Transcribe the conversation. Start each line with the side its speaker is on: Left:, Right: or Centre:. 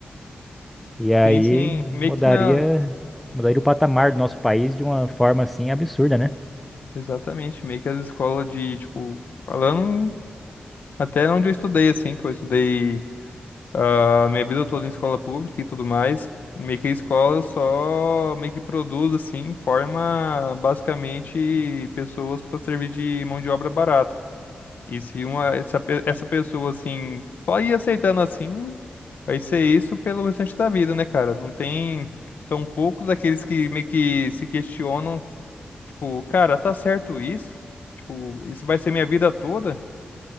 Centre: E aí
Left: Pensem meio
Centre: mudaria,
Left: que na...
Centre: mudaria o patamar do nosso país de uma forma assim absurda, né?
Left: Exatamente, meio que as escolas de, tipo, falando Até onde eu estudei, assim, que eu estudei a minha vida toda em escola pública e tudo mais, meio que a escola só meio que produz, assim, forma basicamente pessoas para servir de mão de obra barata. E se uma, essa, pe- essa pessoa, assim, só ir aceitando assim, vai ser isso pelo restante da vida, né, cara? Não tem. São poucos aqueles que meio que se questionam, tipo, cara, tá certo isso? Tipo, isso vai ser minha vida toda?